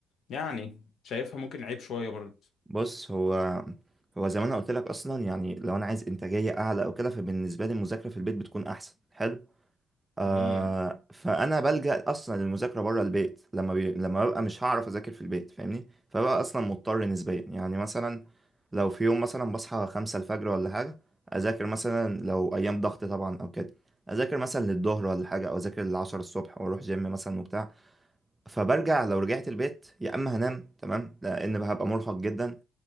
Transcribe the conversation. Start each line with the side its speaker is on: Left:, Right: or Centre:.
Left: يعني شايفها ممكن عيب شوية برضه
Right: بص هو هو زي ما انا قلت لك اصلا يعني لو انا عايز انتاجية اعلى او كده فبالنسبة لي المذاكرة في البيت بتكون احسن حلو آه
Left: امم
Right: فانا بلجأ اصلا للمذاكره بره البيت لما بي... لما ببقى مش هعرف اذاكر في البيت فاهمني فببقى اصلا مضطر نسبيا يعني مثلا لو في يوم مثلا بصحى خمسة الفجر ولا حاجه اذاكر مثلا لو ايام ضغط طبعا او كده اذاكر مثلا للظهر ولا حاجه او اذاكر للعشرة الصبح واروح جيم مثلا وبتاع فبرجع لو رجعت البيت يا اما هنام تمام لان هبقى مرهق جدا